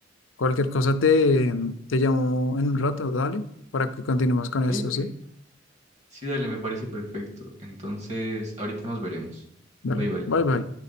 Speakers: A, on the left (about 85°); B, on the right (about 35°).
A: cualquier cosa te, te llamo en un rato, dale, para que continuemos con
B: Ok,
A: esto,
B: ok.
A: ¿sí?
B: Sí, dale, me parece perfecto. Entonces, ahorita nos veremos.
A: Dale,
B: Bye bye.
A: bye bye.